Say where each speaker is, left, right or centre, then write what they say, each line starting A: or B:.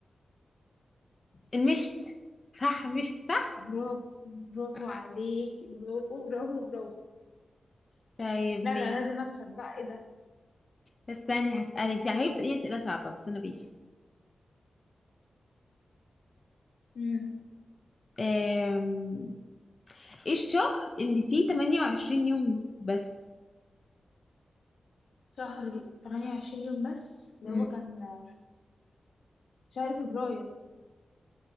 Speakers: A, on the left; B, on the left.
A: المشت صح مشت صح
B: برافو برافو
A: آه،
B: عليك برافو برافو برافو
A: طيب
B: لا
A: ماشي
B: انا لازم اكسب بقى ايه ده
A: بس استني هسألك دي عمالة بتسأليني أسئلة صعبة بس أنا ماشي
B: امم
A: آم، ايه الشهر اللي فيه 28 يوم بس
B: شهر 28 يوم بس اللي
A: مم.
B: هو كان شهر فبراير